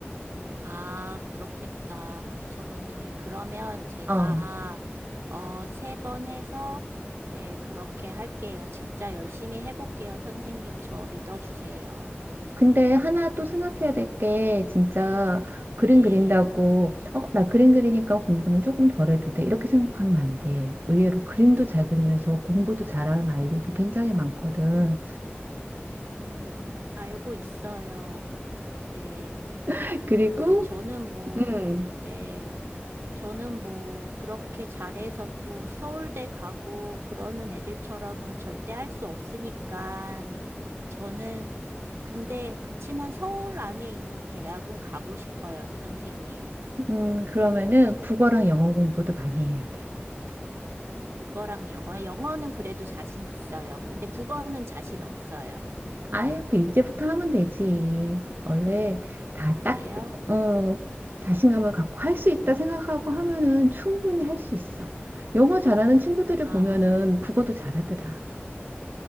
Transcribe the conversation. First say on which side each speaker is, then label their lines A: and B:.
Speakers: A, on the right (about 85°); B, on the right (about 55°).
A: 아, 그렇겠다. 그쵸, 선생님. 그러면 제가,
B: 어,
A: 어, 세 번 해서, 네, 그렇게 할게요. 진짜 열심히 해볼게요. 선생님, 저 믿어주세요.
B: 근데 하나 또 생각해야 될 게, 진짜 그림
A: 네.
B: 그린다고, 어, 나 그림 그리니까 공부는 조금 덜 해도 돼. 이렇게 생각하면 안 돼. 의외로 그림도 잘 그리면서 공부도 잘하는 아이들도 굉장히 많거든.
A: 음, 알고 있어요. 네.
B: <laughs> 그리고,
A: 네, 저는 뭐,
B: 음.
A: 네. 저는 뭐 그렇게 잘해서 또 서울대 가고 그러는 애들처럼은 절대 할 수 없으니까 저는 근데 그치만 서울 안에 있는 대학은 가고 싶어요, 선생님.
B: 음, 그러면은 국어랑 영어 공부도 많이 해야 돼.
A: 국어랑 영어. 영어는 그래도 자신 있어요. 근데 국어는 자신 없어요.
B: 아유, 그 이제부터 하면 되지. 원래 다
A: 그래요?
B: 딱, 어, 자신감을 갖고 할 수 있다
A: 음,
B: 생각하고 하면은 충분히 할 수 있어. 영어 잘하는 친구들을
A: 아.
B: 보면은 국어도 잘하더라.